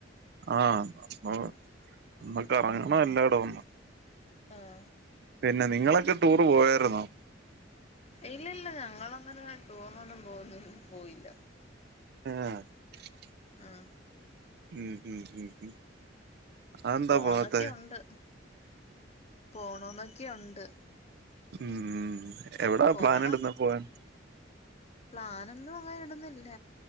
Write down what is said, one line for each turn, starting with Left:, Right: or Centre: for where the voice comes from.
Right: ആഹ് അപ്പൊ ന്നിട്ട് ഇറങ്ങണം എല്ലാടം ഒന്ന്
Left: ആഹ്
Right: പിന്നെ നിങ്ങളൊക്കെ ടൂറ് പോയാരുന്നോ
Left: ഇല്ല ഇല്ല ഞങ്ങളങ്ങനെ ടൂറിന്നൊന്നും പോവന്നു പോയില്ല
Right: ഉം
Left: ഉം
Right: ഉം ഉം ഉം ഉം അതെന്താ
Left: പോണംന്നൊക്കെ
Right: പോവാത്തെ
Left: ഉണ്ട് പോണന്നൊക്കെ ഉണ്ട്
Right: ഉം എവിടാ
Left: പോണം
Right: പ്ലാൻ ഇടുന്നേ പോവാൻ
Left: പ്ലാനൊന്നും അങ്ങന ഇടുന്നില്ല